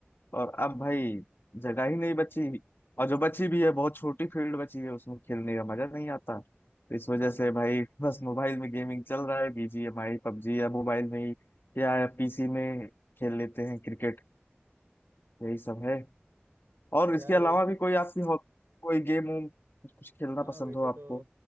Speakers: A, on the left; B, on the right.
A: और अब भाई जगह ही नहीं बची और जो बची भी है बहुत छोटी फील्ड बची है उसमें खेलने का मजा नहीं आता तो इस वजह से भाई <laughs> बस मोबाइल में गेमिंग चल रहा है बीजीएमआई पबजी या मोबाइल में ही या पीसी में खेल लेते हैं क्रिकेट यही सब है और
B: यार
A: इसके अलावा
B: वैसे
A: भी कोई आपकी हॉब- कोई गेम वूम कुछ खेलना
B: हाँ
A: पसंद
B: वैसे
A: हो आपको
B: तो